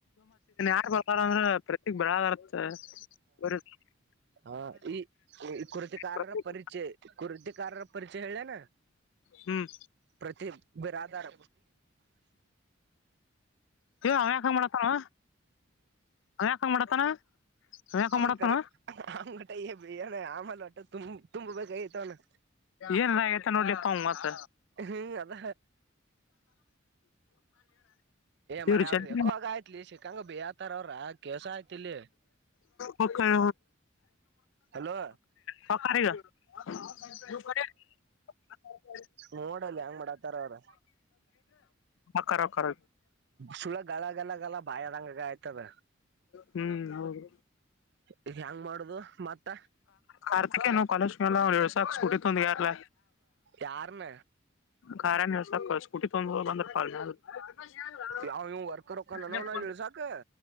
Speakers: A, on the left; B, on the right.
A: ಬರರ ಅಂದ್ರೆ ಪ್ರತಿಗ್ ಬರದರ್ತ್ <unintelligible>
B: ಹ ಈ ಈ ಕೃತಿಕಾರರ
A: ಪ್ರತೀಕ್.
B: ಪರಿಚಯ ಕೃತಿಕಾರರ ಪರಿಚಯ ಹೇಳನಾ
A: ಹ್ಮ್
B: ಪ್ರತಿಕ ಬಿರಧಾರ
A: ಅವ್ಯಾಕಂಗ ಮಾಡತಾನ ಅವ್ಯಾಕಂಗ ಮಾಡತಾನ ಅವ ಯಾಕ
B: ಅವ್ನ್
A: ಮಾಡತಾನ
B: ಕರ ಅವನ್ ಗಟ ಬನ ಆಮೇಲೆ ಒಟ್ಟ ತುಂಬ ತುಂಬ ಬೇಕಾಗಿತ ಅವ್ನು
A: ಏನ್ ಆಗೈತ ನೋಡ್ಲಿಪ್ಪ ಅವ್ ಮತ್ತ
B: ಹ್ಮ್ ಅದ
A: ಇವ್ರು
B: ಮರ
A: ಜಲ್ದಿ
B: ಅವರು ರಖೋಗಾಯ್ತ ಲಿ ಸಿಕಾಂಗ ಬೈತರ ಅವ್ರ ಕೆಲ್ಸ ಆಯ್ತಿಲ್ಲಿ
A: ಮಕ್ಕಳ
B: ಹಲೋ
A: ಸಕಾರಿಗ <unintelligible>
B: ನೋಡಲ್ಲಿ ಹೆಂಗ್ ಮಾಡತರ ಅವರ
A: ಹೊಕ್ಕಾರ ಹೊಕ್ಕಾರ
B: ಸುಳ ಗಲಲ್ಲ ಬಾಯದಂಗ ಆಯ್ತದೆ
A: ಹ್ಮ್ ಹೌದು
B: ಹಿಗಯಾಂಗ ಮಾಡುದು ಮತ್ತ
A: ಕಾರ್ತಿಕ ನಾವು ಕಾಲೇಜ್ ಕಲ್ಲ ಒ ಎಡುಸ ಸ್ಕೂಟಿ ತುಂದ ಯಾರಲ್ಲ
B: ಯಾರನ
A: ಖನ್ ಸಾಕ ಸ್ಕೂಟಿ ತೊಗಂಡ ಬಂದ <unintelligible>
B: ಯಾವ ಇವ್ ವರ್ಕರ್ ಹೊಕ್ಕಾನ ನವ್ನ ಇಳ್ಸಾಕ